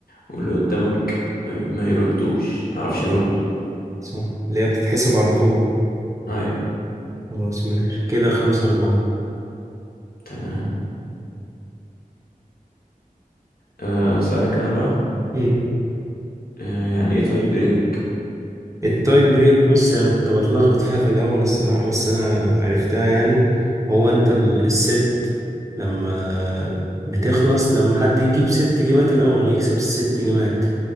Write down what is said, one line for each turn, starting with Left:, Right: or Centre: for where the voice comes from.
Left: واللي قدامك ما, ما يردوش ما يعرفش يرد
Right: صح صح اللي هي بتتحسب على طول
Left: ايوه
Right: خلاص ماشي كده خمسة أربعة
Left: تمام آه، اسألك انا بقى
Right: مم.
Left: آه، يعني ايه تاي بريك
Right: التاي بريك بص أنا كنت بتلخبط فيها في الأول الصراحة بس أنا عرفتها يعني هو أنت ال- الست لما بتخلص لما حد يجيب ست جيمات الأول يكسب الست جيمات